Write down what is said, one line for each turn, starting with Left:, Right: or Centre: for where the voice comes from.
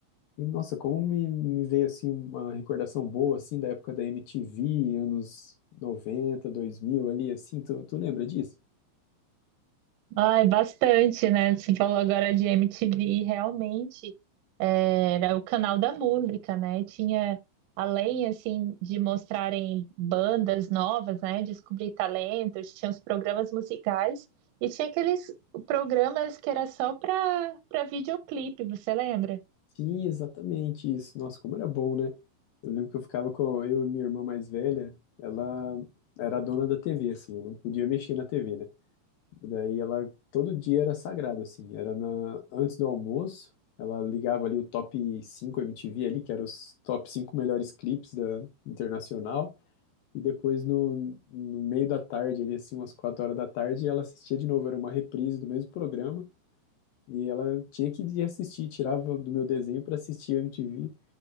Left: E, nossa, como me, me veio, assim, uma recordação boa, assim, da época da MTV, anos noventa, dois mil, ali, assim. Tu, tu lembra disso?
Right: Ai, bastante, né? Você falou agora de MTV, realmente é, era o canal da música, né? Tinha, além, assim, de mostrarem bandas novas, né? Descobrir talentos, tinha os programas musicais e tinha aqueles programas que era só para para videoclipe, você lembra?
Left: Sim, exatamente isso. Nossa, como era bom, né? Eu lembro que eu ficava com eu e minha irmã mais velha, ela era a dona da TV, assim, eu não podia mexer na TV, né? Daí ela, todo dia era sagrado, assim, era na, antes do almoço, ela ligava ali o top 5 MTV ali, que eram os top 5 melhores clipes da Internacional, e depois no, no meio da tarde, ali assim, umas 4 horas da tarde, ela assistia de novo, era uma reprise do mesmo programa, e ela tinha que ir assistir, tirava do meu desenho para assistir a MTV.